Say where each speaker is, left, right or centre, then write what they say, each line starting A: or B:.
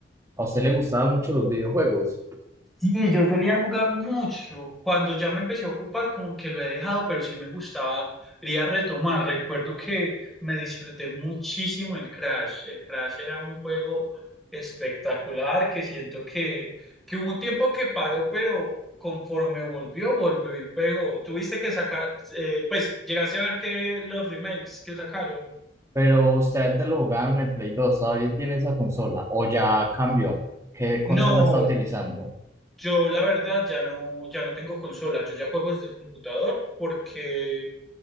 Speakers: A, on the right; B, in the centre.
A: a usted le gustaban mucho los videojuegos,
B: Sí, yo solía jugar mucho. Cuando ya me empecé a ocupar, como que lo he dejado, pero sí me gustaba ir retomar. Recuerdo que me disfruté muchísimo el Crash. El Crash era un juego espectacular que siento que, que hubo un tiempo que paró, pero conforme volvió, volvió y pegó. Tuviste que sacar, eh, pues llegaste a ver que los remakes que sacaron.
A: pero usted antes lo jugaba en el Play dos ¿Todavía tiene esa consola? ¿O ya cambió? ¿Qué consola
B: No,
A: está utilizando?
B: yo la verdad ya no, ya no tengo consola. Yo ya juego desde el computador porque